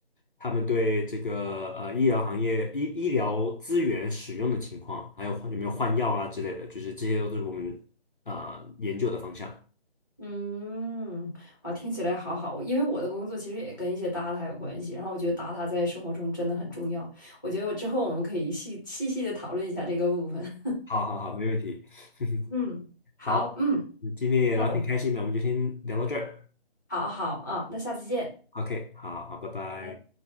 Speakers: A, on the left; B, on the left.
A: 他们对这个呃医疗行业医医疗资源使用的情况，还有有没有换药啊之类的，就是这些都是我们啊、呃研究的方向。
B: 嗯，哇，听起来好好。因为我的工作其实也跟一些 data 有关系，然后我觉得 data 在生活中真的很重要。我觉得我之后我们可以细细细的讨论一下这个部分。<laughs>
A: 好好好，没问题。<laughs>
B: 嗯，
A: 好，
B: 好，嗯，
A: 嗯今天也聊挺开心的，
B: 那我们
A: 我们就先聊到这儿。
B: 好好啊，那下次见。
A: OK，好好，拜拜。
B: 拜。